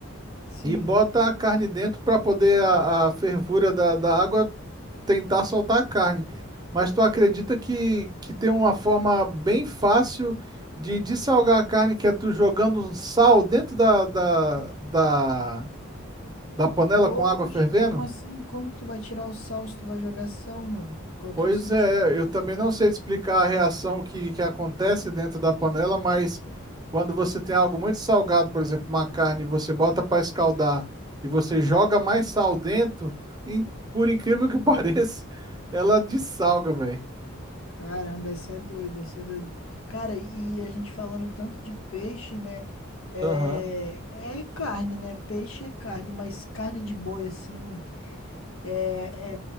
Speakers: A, on the left; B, on the right.
A: Sim.
B: E bota a carne dentro para poder a, a fervura da, da água tentar soltar a carne. Mas tu acredita que, que tem uma forma bem fácil de dessalgar a carne, que é tu jogando sal dentro da, da, da, da panela
A: Oxe,
B: com água fervendo?
A: como assim? Como que tu vai tirar o sal se tu vai jogar sal, mano? Qual
B: Pois
A: que é o sentido?
B: é, eu também não sei te explicar a reação que, que acontece dentro da panela, mas quando você tem algo muito salgado, por exemplo, uma carne, você bota para escaldar e você joga mais sal dentro, in- por incrível que <laughs> pareça, ela dessalga, velho.
A: Caramba, essa é doida, essa é doida. Cara, e a gente falando tanto de peixe, né? É,
B: Aham.
A: é carne, né? Peixe é carne, mas carne de boi, assim, é,